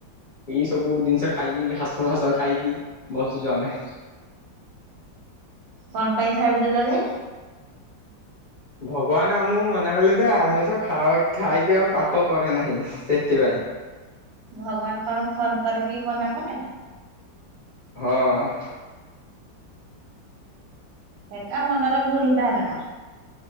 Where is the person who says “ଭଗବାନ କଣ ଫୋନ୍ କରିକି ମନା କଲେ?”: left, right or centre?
Right